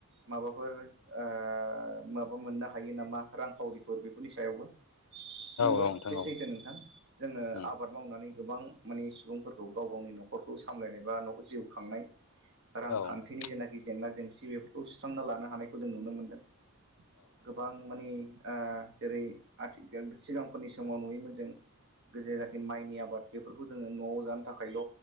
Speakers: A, on the right (about 55°); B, on the left (about 75°).
A: माबाफोर ओ माबा मोननो हायो नामा? रांखावरिफोर बेफोरनि सायावबो नोंगौ
B: औ नोंथां
A: बे
B: औ
A: सैथो नोंथां । जोङो
B: उम
A: आबाद मावनानै गोबां माने सुबुंफोरखौ गाव गावनि न'खरफोरखौ सामलायनाय बा न' जिउ खांनाय रांखान्थिनि
B: औ औ नोंथां
A: जेनाखि जेंना जेंसि बेफोरखौ सुस्रांना लानो हानायखौ जों नुनो मोनदों । गोबां माने ओ जेरै आथिखाल सिगांफोरनि समाव नुयोमोन जों जेरै जाखि माइनि आबाद बेफोरखौ जोङो न'आव जानो थाखायल'